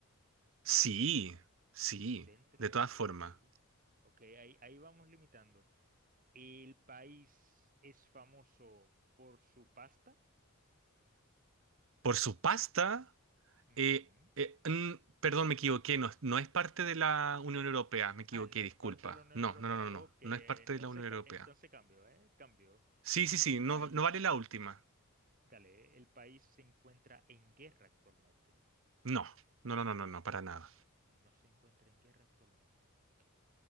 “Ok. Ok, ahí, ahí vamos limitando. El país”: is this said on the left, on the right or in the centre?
Right